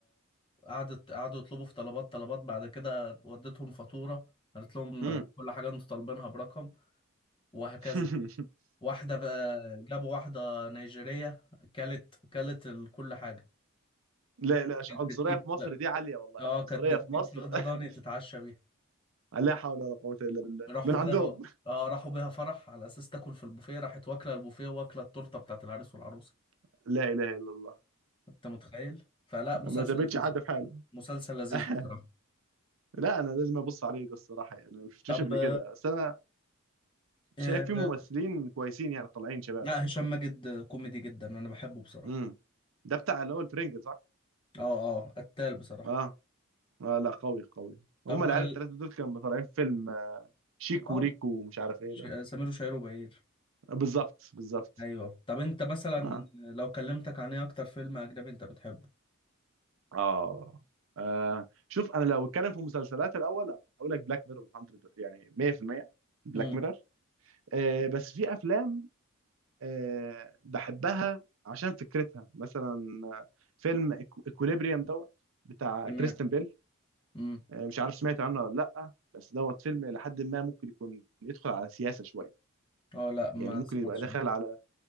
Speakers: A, on the left; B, on the right.
A: قعدت قعدوا يطلبوا في طلبات طلبات بعد كده وديتهم فاتورة قالت لهم
B: مم.
A: كل حاجة انتوا طالبينها برقم وهكذا
B: <laughs>
A: واحدة بقى جابوا واحدة نيجيرية كلت كلت ال- كل حاجة
B: لا لا ش-
A: كانت
B: عنصرية
A: بتجيب
B: في مصر دي عالية والله
A: اه
B: العنصرية
A: كانت بتجيب
B: في مصر
A: فخدة
B: <laughs>
A: ضاني تتعشى بيها
B: لا حول ولا قوة إلا بالله
A: راحوا
B: من عندهم
A: بيها اه راحوا بيها فرح على اساس تاكل في البوفيه راحت واكله البوفيه واكله التورته بتاعت العريس والعروسه
B: <laughs> لا إله إلا الله
A: انت متخيل فلا
B: ما
A: مسلسل
B: سابتش
A: لذيذ
B: حد في حاله
A: مسلسل لذيذ
B: <laughs>
A: بصراحة
B: لا أنا لازم أبص عليه ده الصراحة يعني أنا ما شفتوش
A: طب
B: قبل
A: شكله
B: كده بس أنا شايف
A: آه،
B: فيه ممثلين
A: آه،
B: كويسين يعني طالعين شباب
A: لا هشام ماجد كوميدي جدا انا بحبه بصراحة
B: مم. ده بتاع اللي هو الفرنجة صح؟
A: اه اه قتال بصراحة
B: اه آه لا قوي قوي هما
A: طب
B: العيال
A: آه.
B: التلاتة دول كانوا طالعين فيلم آه، شيكو
A: اه آه،
B: وريكو ومش عارف ايه
A: ش-
B: ده
A: سمير وشهير وبهير
B: آه، بالظبط بالظبط
A: ايوه طب انت مثلا
B: آه.
A: آه، لو كلمتك عن ايه اكتر فيلم اجنبي انت بتحبه
B: اه آه شوف انا لو اتكلم في مسلسلات الاول اقول لك بلاك ميرور 100 يعني 100% بلاك
A: امم
B: ميرور آه بس في افلام آه بحبها عشان فكرتها مثلا آه، فيلم اكوليبريم دوت بتاع
A: تمام
B: كريستن بيل
A: امم
B: آه مش عارف سمعت عنه ولا لا بس دوت فيلم لحد ما ممكن يكون يدخل على سياسة شوية
A: اه لا ما
B: يعني ممكن
A: سمعتش
B: يبقى داخل
A: عنه
B: على